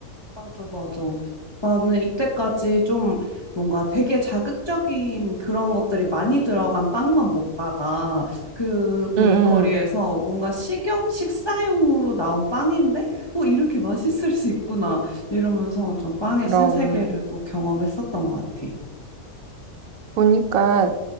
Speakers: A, on the left; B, on the right.
A: 맞아, 맞아. 나는 이때까지 좀 뭔가 되게 자극적인 그런 것들이 많이 들어간 빵만 먹다가 그 베이커리에서
B: 응.
A: 뭔가 식용, 식사용으로 나온 빵인데, 어, 이렇게 맛있을 수 있구나. 이러면서 좀 빵의
B: 그럼.
A: 신세계를 또 경험했었던 것 같아.
B: 보니까